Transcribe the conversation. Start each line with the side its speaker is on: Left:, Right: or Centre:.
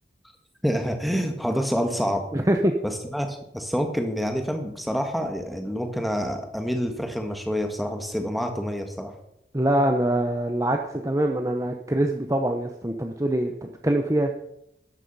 Centre: <laughs> هو ده سؤال صعب
Right: <laughs>
Centre: بس ماشي بس ممكن يعني فاهم بصراحة اللي ممكن أ- أميل للفراخ المشوية بصراحة بس يبقى معاها تومية بصراحة
Right: لا انا العكس تمام انا انا كريسبي طبعا يا اسطى انت بتقول ايه انت بتتكلم فيها